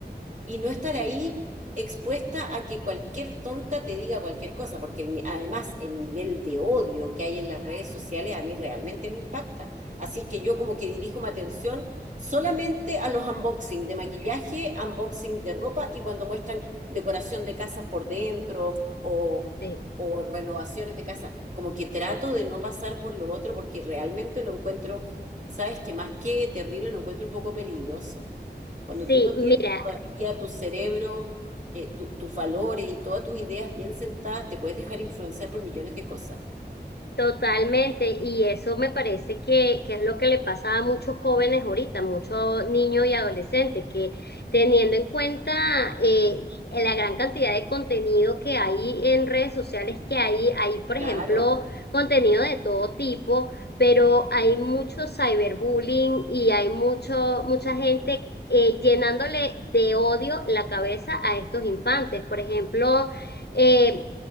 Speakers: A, on the right; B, on the left.
A: y no estar ahí expuesta a que cualquier tonta te diga cualquier cosa, porque el además el nivel de odio que hay en las redes sociales a mí realmente me impacta. Así es que yo como que dirijo mi atención solamente a los unboxing de maquillaje, unboxing de ropa y cuando muestran decoración de casas por dentro o,
B: Sí,
A: o renovaciones de casa. Como que trato de no pasar por lo otro porque realmente lo encuentro, sabes que más que terrible, lo encuentro un poco peligroso. Cuando
B: Sí,
A: tú no
B: mira.
A: tienes todavía tu cerebro, eh, tu- tus valores y todas tus ideas bien sentadas, te puedes dejar influenciar por millones de cosas.
B: Totalmente, y eso me parece que, que es lo que le pasa a muchos jóvenes ahorita, muchos niños y adolescentes, que teniendo en cuenta eh, la gran cantidad de contenido que hay en redes sociales, que hay, hay, por
A: Claro.
B: ejemplo, contenido de todo tipo, pero hay mucho cyberbullying y hay mucho, mucha gente eh, llenándole de odio la cabeza a estos infantes. Por ejemplo, eh,